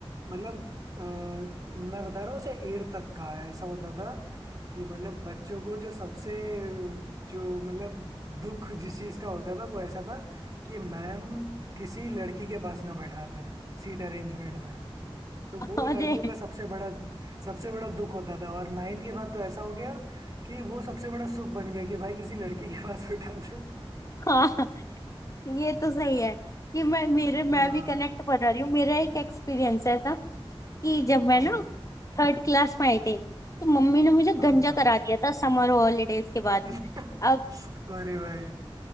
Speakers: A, on the right; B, on the left.
A: मतलब अ, मैं बता रहा हूँ से एट तक का ऐसा होता था कि मतलब बच्चों को जो सबसे जो मतलब दुख जिस चीज़ का होता था वो ऐसा था कि मैम किसी लड़की के पास ना बैठा दें सीट अरेंजमेंट में तो
B: <laughs>
A: वो
B: अरे
A: लड़कों का सबसे बड़ा सबसे बड़ा दुख होता था और नाइन्थ के बाद तो ऐसा हो गया कि वो सबसे बड़ा सुख बन गया कि भाई किसी लड़की के पास बैठा दे
B: हाँ ये तो सही है कि मैं मेरे मैं
A: हाँ
B: भी कनेक्ट कर रही हूँ मेरा एक एक्सपीरियंस है था कि जब मैं
A: हाँ
B: ना थर्ड क्लास में आई थी तो मम्मी ने मुझे
A: हाँ
B: गंजा करा दिया था समर हॉलीडेज के बाद
A: <laughs>
B: अब
A: अरे भाई